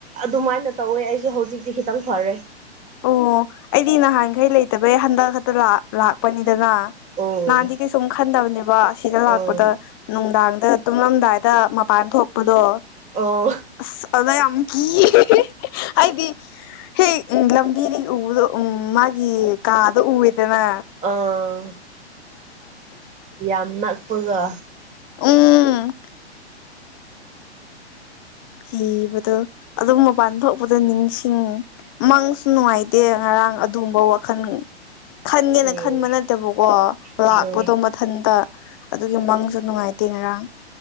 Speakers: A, on the right; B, on the left.
A: ꯑꯗꯨꯃꯥꯏꯅ ꯇꯧꯋꯦ ꯑꯩꯁꯨ ꯍꯧꯖꯤꯛꯇꯤ ꯈꯤꯇꯪ ꯐꯔꯦ
B: ꯑꯣ ꯑꯩꯗꯤ ꯅꯍꯥꯟꯈꯩ ꯂꯩꯇꯕꯩ ꯍꯟꯗꯛ ꯈꯛꯇ ꯂꯥꯛꯄꯅꯤꯗꯅ
A: ꯎꯝ
B: ꯅꯍꯥꯟꯗꯤ ꯀꯩꯁꯨꯝ ꯈꯟꯗꯕꯅꯦꯕ ꯑꯁꯤꯗ ꯂꯥꯛꯄꯗ
A: ꯎꯝ
B: ꯅꯨꯡꯗꯥꯡꯗ ꯇꯨꯝꯂꯝꯗꯥꯏꯗ ꯃꯄꯥꯟ ꯊꯣꯛꯄꯗꯣ
A: ꯑꯣ
B: ꯑꯁ ꯑꯗ ꯌꯥꯝ ꯀꯤꯌꯦ ꯍꯥꯏꯗꯤ ꯍꯦꯛ ꯎꯝ ꯂꯝꯕꯤꯗꯒꯤ ꯎꯕꯗꯣ ꯎꯝ ꯃꯥꯒꯤ ꯀꯥꯗꯣ ꯎꯏꯌꯦꯗꯅ
A: ꯑꯥ ꯌꯥꯝ ꯅꯛꯄꯒ
B: ꯎꯝ ꯀꯤꯕꯗꯣ ꯑꯗꯨꯝ ꯃꯄꯥꯟ ꯊꯣꯛꯄꯗ ꯅꯤꯡꯁꯤꯡꯉꯦ ꯃꯪꯁꯨ ꯅꯨꯡꯉꯥꯏꯇꯦ ꯉꯔꯥꯡ ꯑꯗꯨꯒꯨꯝꯕ ꯋꯥꯈꯜ ꯈꯟꯒꯦꯅ
A: ꯑꯣ
B: ꯈꯟꯕ ꯅꯠꯇꯦꯕꯀꯣ
A: ꯑꯗꯣ
B: ꯂꯥꯛꯄꯗꯣ ꯃꯊꯟꯇ ꯑꯗꯨꯒꯤ ꯃꯪꯁꯨ ꯅꯨꯡꯉꯥꯏꯇꯦ ꯉꯔꯥꯡ